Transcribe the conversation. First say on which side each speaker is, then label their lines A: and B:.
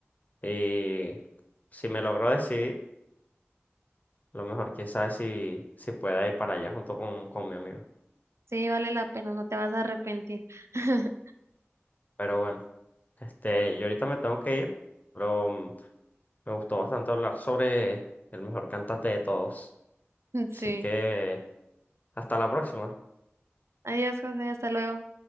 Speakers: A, on the left; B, on the right.
A: Y si me logro decidir, lo mejor, quién sabe si, si pueda ir para allá junto con, con mi amigo.
B: sí, vale la pena, no te vas a arrepentir. <laughs>
A: Pero bueno, este, yo ahorita me tengo que ir, pero mm, me gustó bastante hablar sobre el mejor cantante de todos.
B: Sí,
A: Así que hasta la próxima.
B: adiós, José, hasta luego.